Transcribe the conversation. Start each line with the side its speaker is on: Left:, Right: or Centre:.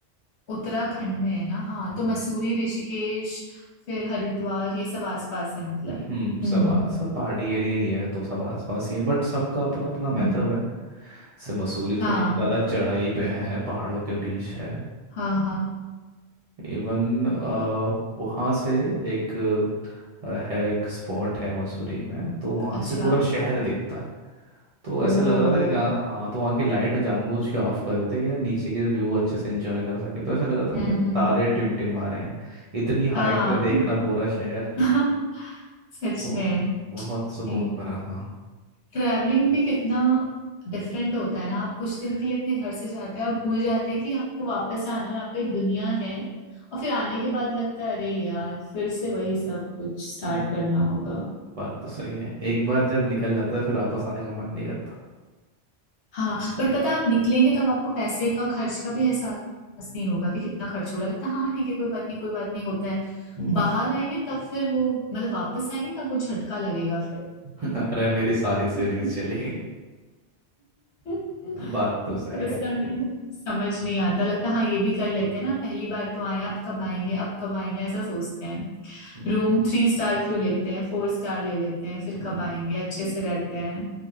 Left: उत्तराखंड में है ना हाँ
Right: हम्म
Left: तो मसूरी ऋषिकेश फिर हरिद्वार ये सब आसपास है मतलब
Right: हम्म, सब
Left: हम्म
Right: आ- सब पहाड़ी एरिया ही है तो सब आसपास ही है बट सबका अपना अपना महत्व
Left: हम्म
Right: है से मसूरी
Left: हाँ
Right: थोड़ी ज़्यादा चढ़ाई पे है पहाड़ों के बीच है
Left: हाँ हाँ
Right: इवन वहाँ से एक अ, है एक स्पॉट है मसूरी में तो वहाँ
Left: अच्छा
Right: से पूरा शहर दिखता है तो ऐसा
Left: ओ
Right: लग रहा था कि जहाँ हाँ तो वहाँ की लाइट जानबूझ के ऑफ कर देते कि यार नीचे के व्यू अच्छे से एंजॉय कर सके तो ऐसा लग रहा था ना
Left: हम्म
Right: कि
Left: हम्म,
Right: तारे टिमटिमा रहे हैं इतनी
Left: हाँ
Right: हाइट से देखना पूरा शहर
Left: <laughs> सच
Right: बहुत
Left: में
Right: बहुत सुकून
Left: नहीं
Right: भरा था
Left: ट्रैवलिंग भी कितना डिफरेंट होता है ना आप कुछ दिन के लिए अपने घर से जाते हो और भूल जाते हैं कि आपको वापस आना है और आपको एक दुनिया है और फिर आने के बाद लगता है अरे यार फिर से वही सब कुछ स्टार्ट
Right: हम्म,
Left: करना होगा
Right: बात तो सही है एक बार जब निकल जाता था फिर वापस आने का मन नहीं करता
Left: हाँ बट पता है, आप निकलेंगे तब आपको पैसे का खर्च का भी एहसास नहीं होगा कि कितना खर्च हो रहा है लगता है हाँ हाँ, ठीक है कोई बात नहीं कोई बात नहीं होता है
Right: हम्म।
Left: बाहर आएंगे तब फिर वो मतलब वापस आएंगे तब वो झटका लगेगा
Right: <laughs> अरे मेरी सारी सेविंग्स
Left: फिर
Right: चली गई
Left: <laughs>
Right: बात तो सही
Left: तो उस
Right: है
Left: समय समझ नहीं आता लगता हाँ ये भी कर लेते हैं ना पहली बार तो आए अब कब आएंगे अब कब आएंगे ऐसा सोचते हैं
Right: हम्म,
Left: रूम थ्री स्टार क्यों लेते हैं फोर स्टार ले लेते हैं फिर
Right: हम्म।
Left: कब आएंगे अच्छे से रहते हैं